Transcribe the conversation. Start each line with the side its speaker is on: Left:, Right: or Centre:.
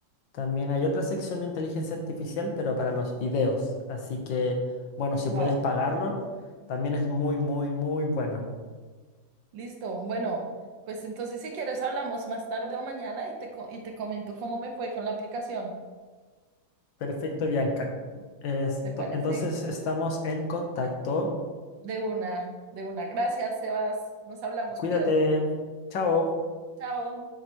Left: También hay otra sección de inteligencia artificial, pero para los videos. Así que, bueno, si
Right: Wow,
Left: puedes pagarlo, también es muy, muy, muy bueno.
Right: listo. Bueno, pues entonces si quieres hablamos más tarde o mañana y te, co- y te comento cómo me fue con la aplicación.
Left: Perfecto, Bianca. Esto-
Right: ¿Te parece?
Left: entonces estamos en contacto.
Right: De una, de una. Gracias, Sebas. Nos hablamos,
Left: Cuídate.
Right: cuídate.
Left: Chao.
Right: Chao.